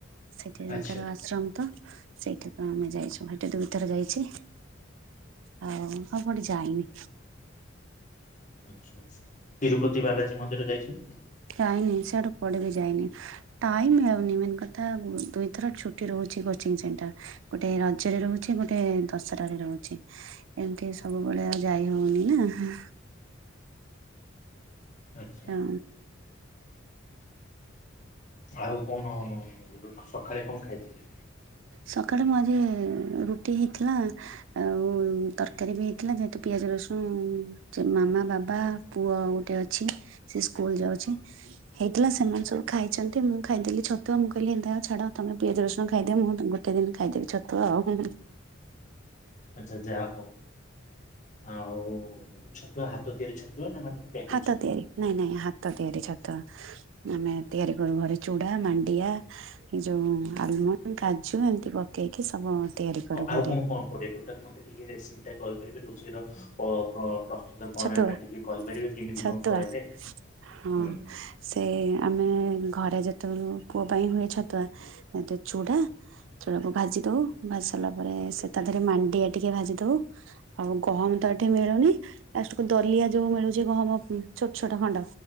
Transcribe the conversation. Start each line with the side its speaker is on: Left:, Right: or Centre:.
Right: ସେଠି ତାଙ୍କର
Left: ଆଚ୍ଛା
Right: ଆଶ୍ରମ ତ ସେଇଠାକୁ ଆମେ ଯାଇଛୁ ହେଠୁ ଦୁଇଥର ଯାଇଛି। ଆଉ ଆଉ କୋଉଠି କି ଯାଇନି।
Left: ଆ ତିରୁପତି ବାଲାଜୀ ମନ୍ଦିର ଯାଇଛନ୍ତି?
Right: ଯାଇନି ସେଆଡୁ କୁଆଡୁ ବି ଯାଇନି। ଟାଇମ୍ ହଉନି ମେନ୍ କଥା ଦୁଇଥର ଛୁଟି ରହୁଛି କୋଚିଂ ସେଣ୍ଟର। ଗୋଟେ ରଜରେ ରହୁଛି ଗୋଟେ ଦଶହରାରେ ରହୁଛି। ଏମିତି ସବୁବେଳେ ଆଉ ଯାଇ ହଉନି ନା।
Left: ଆଚ୍ଛା।
Right: ହଁ।
Left: ଆଉ କଣ ସକାଳେ କଣ ଖାଇଥିଲେ?
Right: ସକାଳେ ମୁଁ ଆଜି ରୁଟି ହେଇଥିଲା। ଆଉ ତରକାରୀ ବି ହେଇଥିଲା ଯେହେତୁ ପିଆଜ ରସୁଣ ସେ ମାମା ବାବା ପୁଅ ଗୋଟେ ଅଛି ସେ ସ୍କୁଲ ଯାଉଛି। ହେଇଥିଲା ସେମାନେ ସବୁ ଖାଇଛନ୍ତି ମୁଁ ଖାଇଦେଲି ଛତୁଆ ମୁଁ କହିଲି ଏନ୍ତା ହ ଛାଡ ତମେ ପିଆଜ ରସୁଣ ଖା ଖାଇଦେବେ ମୁଁ ଗୋଟେ ଦିନ ଖାଇଦେବି ଛତୁଆ ଆଉ।
Left: ଆଚ୍ଛା ଯାହା ହଉ ଆଉ ଛତୁଆ ହାତ ତିଆରି ଛତୁଆ ନା ମାନେ ପ୍ୟାକେଟ
Right: ହାତ
Left: ଛତୁଆ?
Right: ତିଆରି ନାଇଁ ନାଇଁ ହାତ ତିଆରି ଛତୁଆ। ଆମେ ତିଆରି କରୁ ଘରେ ଚୁଡା ମାଣ୍ଡିଆ। ଏଇ ଯୋଉ ଆଲମଣ୍ଡ କାଜୁ ଏମିତି ପକେଇକି ସବୁ ତିଆରି କରୁ
Left: ଆଉ
Right: ଘରେ
Left: କଣ କଣ ପଡିବ ଟୋଟାଲ ମତେ ଟିକେ ରେସିପି ଟା କହିପାରିବେ ରୋଷେଇ ର ପ୍ର ପ୍ର ପ୍ରସ ପ୍ରସ୍ତୁତ ପ୍ରଣାଳୀ
Right: ଛତୁଆ
Left: ଟା ଟିକେ କହିପାରିବେ କେମିତି
Right: ଛତୁଆ
Left: କଣ କରାଯାଏ
Right: ହଁ
Left: ହୁଁ।
Right: ସେ ଆମେ ଘରେ ଯେତେବେଳେ ପୁଅ ପାଇଁ ହୁଏ ତ ଛତୁଆ ଚୂଡା ଚୁଡ଼ା କୁ ଭାଜି ଦଉ ଭାଜି ସାରିଲା ପରେ ସେ ତା ଦେହରେ ମାଣ୍ଡିଆ ଟିକେ ଭାଜି ଦଉ। ଆଉ ଗହମ ତ ଏଠି ମିଳୁନି। ଲାଷ୍ଟ କୁ ଦଲିଆ ଯୋଉ ମିଳୁଛି ଗହମ ଛୋଟ ଛୋଟ ଖଣ୍ଡ।